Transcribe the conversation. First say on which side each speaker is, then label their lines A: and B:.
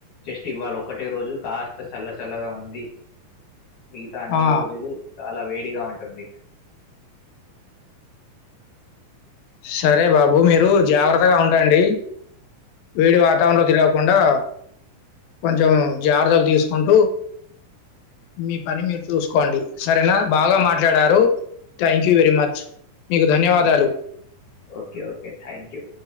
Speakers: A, on the left; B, on the left.
A: జస్ట్ ఇవ్వవాల ఒకటే రోజు కాస్త చల్ల చల్లగా ఉంది మిగతా అన్ని
B: ఆ!
A: రోజులు చాలా వేడిగా ఉంటుంది
B: సరే బాబు మీరు జాగ్రత్తగా ఉండండి వేడి వాతావరణంలో తిరగకుండా కొంచెం జాగ్రతలు తీసుకుంటూ మీ పని మీరు చూసుకోండి సరేనా, బాగా మాట్లాడారు థ్యాంక్ యూ వెరీ మచ్. మీకు ధన్యవాదాలు.
A: Okay okay okay thank you